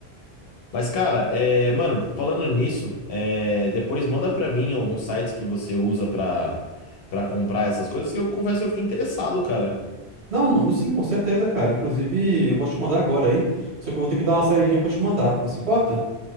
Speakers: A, on the left (about 65°); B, on the right (about 80°).
A: Mas, cara, é, mano, falando nisso, é, depois manda pra mim alguns sites que você usa pra, pra comprar essas coisas, que eu confesso que eu fiquei interessado, cara.
B: Não, mando sim, com certeza, cara. Inclusive, eu vou te mandar agora aí. Só que eu vou ter que dar uma saidinha pra te mandar. Não se importa?